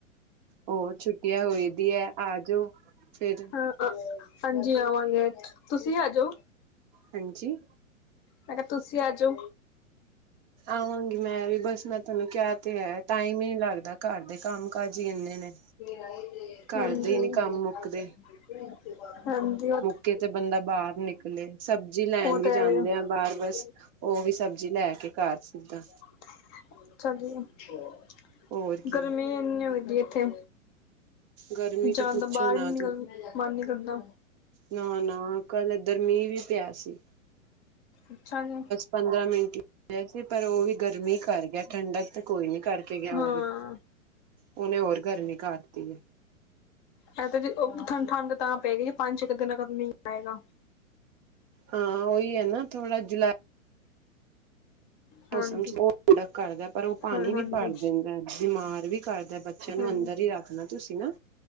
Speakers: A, on the right; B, on the left.
A: ਓ ਛੁੱਟੀਆਂ ਹੋਈ ਦੀ ਐ ਆਜੋ ਫੇਰ।
B: ਹਾਂ ਹਾਂਜੀ ਆਵਾਂਗੇ, ਤੁਸੀਂ ਆਜੋ।
A: ਹਾਂਜੀ
B: ਮੈਂ ਕਿਆ ਤੁਸੀਂ ਆਜੋ।
A: ਆਵਾਂਗੀ ਮੈਂ ਵੀ ਬਸ ਮੈਂ ਤਾਨੂੰ ਕਿਆ ਤੇ ਹੈ ਟਾਈਮ ਨੀ ਲੱਗਦਾ ਘਰ ਦੇ ਕੰਮ ਕਾਜ ਈ ਏਨੇ ਨੇ।
B: ਹਾਂਜੀ-ਹਾਂਜੀ,
A: ਘਰ ਦੇ
B: ਓ
A: ਹੀ ਨੀ ਕੰਮ ਮੁੱਕਦੇ
B: ਤਾਂ
A: ਕੇ ਤੇ ਬੰਦਾ ਬਾਰ ਨਿਕਲੇ ਸਬਜ਼ੀ ਲੈ
B: ਉਹ
A: ਵੀ
B: ਤਾਂ
A: ਜਾਂਦੇ
B: ਹੈ
A: ਆਂ ਬਾਰ ਬਸ
B: ਹੀ
A: ਓ ਵੀ ਸਬਜ਼ੀ ਲੈ ਕੇ ਘਰ ਸਿੱਦਾ।
B: <unintelligible>
A: ਹੋਰ ਕੀ
B: ਗਰਮੀ ਏਨੀ ਹੋਈਦੀ ਏਥੇ।
A: ਗਰਮੀ
B: ਜਾਨ
A: ਤੇ ਪੁੱਛੋ
B: ਦਾ ਬਾਰ
A: ਨਾ
B: ਈ ਨਿਕਲ ਮਨ ਨੀ ਕਰਦਾ।
A: ਨਾ-ਨਾ ਕੱਲ ਐਦਰ ਮੀਂਹ ਵੀ ਪਿਆ ਸੀ।
B: ਅੱਛਾ ਜੀ।
A: ਪੰਦਰਾਂ ਮਿੰਟ ਈ। ਵੈਸੇ ਪਰ ਓ ਵੀ ਗਰਮੀ ਕਰ ਗੇਆ ਠੰਡਕ ਤੇ ਕੋਈ ਨੀ ਕਰਕੇ ਗੇਆ
B: ਹਾਂ,
A: ਓ ਵੀ। ਓਨੇ ਹੋਰ ਗਰਮੀ ਕਰਤੀ ਏ।
B: ਐ ਤਾਂ ਜੇ ਓ ਠ ਠੰਡ ਤਾਂ ਪਏਗੀ ਜੇ ਪੰਜ-ਛੇ ਕ ਦਿਨਾਂ ਬਾਦ ਮੀਂਹ ਆਏਗਾ।
A: ਹਾਂ ਉਹੀ ਹੈ ਨਾ ਥੋੜਾ ਜੁਲਾੲ।
B: ਹਾਂਜੀ,
A: ਮੌਸਮ 'ਚ ਉਹ ਪੂਰਾ ਕਰਦਾ, ਪਰ, ਉਹ ਪਾਣੀ
B: ਹਾਂ ਹਾਂਜੀ,
A: ਵੀ ਭਰ ਦਿੰਦਾ, ਬਿਮਾਰ ਵੀ ਕਰਦਾ ਬਾ। ਬੱਚਿਆਂ ਨੂੰ
B: ਹਾਂ
A: ਅੰਦਰ ਹੀ ਰੱਖਣਾ ਤੁਸੀਂ ਨਾ,